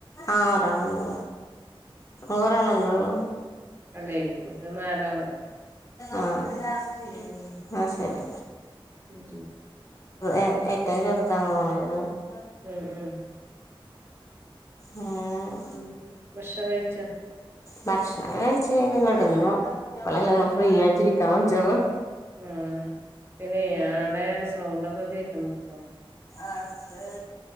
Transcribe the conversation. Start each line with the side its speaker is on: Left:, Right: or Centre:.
Left: ആ ഒരാളന്ന ഓരാളല്ലേ ഉള്ളൂ <unintelligible>
Right: അല്ലെ ഇപ്പ നാലാള്.
Left: ആ ന്നാ
Right: ഉം
Left: ശെരി
Right: ഉം
Left: ഏ ഏറ്റവും ചെറുതാണോ <unintelligible>
Right: ഉം ഉം
Left: ആ <inaudible>
Right: ഉം ഭക്ഷണം കഴിച്ചോ
Left: ഭക്ഷണം കയ്ച്ചയ്ഞ് കെടന്നു ഇപ്പളല്ലൊന്ന് ഫ്രീയായിട്ടിരിക്കാ പറ്റൊള്ളു
Right: ആ പിന്നെ യാളെ സൗണ്ടൊക്കെ കേക്ക്‌ണ്ട്
Left: അത്